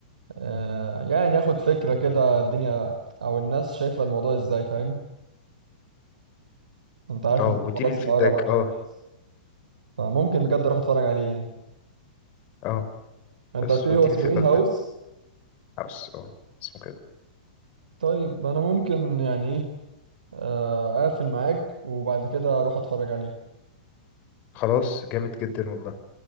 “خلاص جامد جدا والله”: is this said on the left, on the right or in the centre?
Left